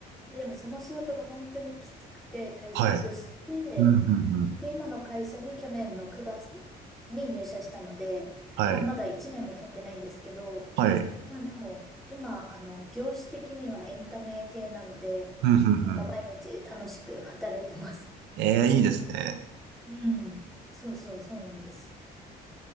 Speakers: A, in the centre; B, on the right.
A: ででもその仕事が本当にきつくて退職して、
B: はい。うんうんうん。
A: で、今の会社に去年の9月に入社したので、
B: はい。
A: まあまだ1年も経ってないんですけど、
B: はい。
A: まあでも今、あの、業種的にはエンタメ系なので、
B: うんうんうん。
A: なんか毎日楽しく働いてます。
B: ええ、いいですね。
A: うん。そうそうそうなんです。